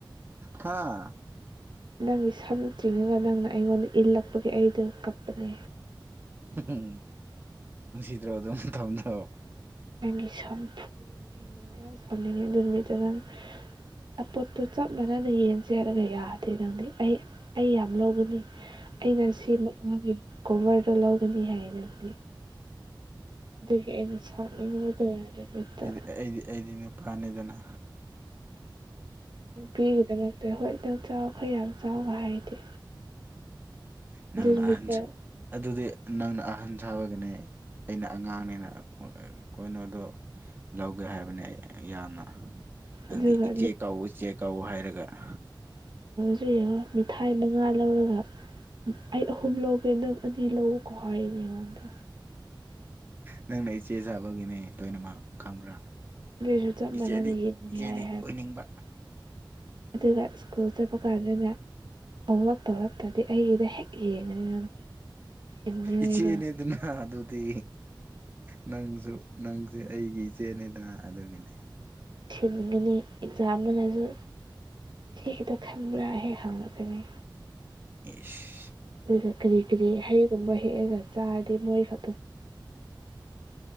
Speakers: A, on the right (about 25°); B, on the right (about 60°).
A: ꯍꯥꯥ
B: ꯅꯪꯒꯤ ꯁꯝꯅ ꯆꯤꯡꯉꯒ ꯅꯪꯅ ꯑꯩꯉꯣꯟꯗ ꯏꯜꯂꯛꯄꯒꯤ ꯑꯩꯗꯨ ꯀꯞꯄꯅꯦ
A: ꯎꯝ ꯅꯨꯡꯁꯤꯗ꯭ꯔꯣ ꯑꯗꯨꯝ ꯊꯝꯗꯑꯣ
B: ꯑꯪꯒꯤ ꯁꯝꯄꯨ ꯌꯥꯝ ꯁꯥꯟꯂꯤꯅꯤ ꯗꯔꯃꯤꯇꯥꯡ ꯑꯄꯣꯠꯇꯨ ꯆꯞ ꯃꯥꯟꯅꯅ ꯌꯦꯟ ꯆꯦꯜꯂꯒ ꯌꯥꯗꯦ ꯅꯪꯗꯤ ꯑꯩ ꯑꯩ ꯌꯥꯝ ꯂꯧꯒꯅꯤ ꯑꯩꯅ ꯁꯤꯃꯛ ꯃꯥꯒꯤ ꯀꯣꯚꯔꯗ ꯂꯧꯒꯅꯤ ꯍꯥꯏꯅꯗꯤ ꯑꯗꯒꯤ ꯑꯩꯅ ꯁꯅꯤꯡꯉ ꯀ ꯑꯗꯨꯃꯤꯠꯇ
A: ꯑꯩꯗꯤ ꯑꯩꯗꯤ ꯑꯩꯗꯤ ꯅꯨꯞ ꯐꯅꯤꯗꯨꯅ
B: ꯅꯨꯄꯤꯒꯤꯗꯃꯛꯇ ꯍꯣꯏ ꯅꯪ ꯆꯥꯎ ꯈꯔ ꯌꯥꯝ ꯆꯥꯎꯒ ꯍꯥꯏꯗꯦ
A: ꯅꯪꯅ
B: ꯑꯗꯨ ꯅꯨꯃꯤꯠꯇ
A: ꯑꯍꯟꯁꯨ ꯑꯗꯨꯗꯤ ꯅꯪꯅ ꯑꯍꯟ ꯁꯥꯕꯒꯤꯅꯦ ꯑꯩꯅ ꯑꯉꯥꯡꯅꯤꯅ ꯀꯩꯅꯣꯗꯣ ꯂꯧꯒꯦ ꯍꯥꯏꯕꯅꯦ ꯑꯩ ꯌꯥꯝꯅ ꯅꯪꯗꯤ
B: ꯑꯗꯨꯒ
A: ꯏꯆꯦ ꯀꯥꯎꯎ ꯏꯆꯦ ꯀꯥꯎꯎ ꯍꯥꯏꯔꯒ ꯑ
B: ꯖꯨ ꯃꯊꯥꯏ ꯃꯉꯥ ꯂꯧꯔꯒ ꯑꯩ ꯑꯍꯨꯝ ꯂꯧꯒꯦ ꯅꯪ ꯑꯅꯤ ꯂꯧꯎꯀꯣ ꯍꯥꯏꯔꯤꯅꯦ ꯑꯩꯉꯣꯟꯗ
A: ꯅꯪꯅ ꯏꯆꯦ ꯁꯥꯕꯒꯤꯅꯦ ꯂꯣꯏꯅꯃꯛ ꯈꯪꯕ꯭ꯔꯥ
B: ꯑꯗꯨꯏꯁꯨ ꯆꯞ ꯃꯥꯟꯅꯅ
A: ꯏꯆꯦꯗꯤ
B: ꯌꯦꯡꯉꯨ
A: ꯏꯆꯦꯗꯤ
B: ꯌꯥꯏ ꯍꯥꯏꯕ
A: ꯑꯣꯏꯅꯤꯡꯕ
B: ꯑꯗꯨꯒ ꯁ꯭ꯀꯨꯜ ꯆꯠꯄ ꯀꯥꯟꯗꯗ ꯍꯣꯝꯋꯔꯛ ꯇꯧꯔꯛꯇ꯭ꯔꯗꯤ ꯑꯩꯒꯤꯗ ꯍꯦꯛ ꯌꯦꯡꯉꯅꯤ ꯅꯪ ꯁꯤꯟꯅꯤꯉꯥꯏꯗꯣ
A: ꯏꯆꯦꯅꯦ ꯑꯗꯨꯅ ꯑꯗꯨ ꯑꯗꯨꯗꯤ ꯅꯪꯁꯨ ꯅꯪꯁꯦ ꯑꯩꯒꯤ ꯏꯆꯦꯅꯦꯗꯅ ꯑꯗꯨꯒꯤꯅꯤ
B: ꯁꯤꯟꯒꯅꯤ ꯑꯦꯛꯖꯥꯝꯗꯨꯅꯁꯨ ꯁꯤ ꯈꯤꯇ ꯈꯟꯕ꯭ꯔꯥ ꯍꯦꯛ ꯍꯪꯉꯛꯀꯅꯤ
A: ꯌꯦꯁ
B: ꯑꯗꯨꯒ ꯀꯔꯤ ꯀꯔꯤ ꯍꯩꯒꯨꯝꯕ ꯍꯦꯛꯑꯒ ꯆꯥꯔꯗꯤ ꯃꯣꯏ ꯈ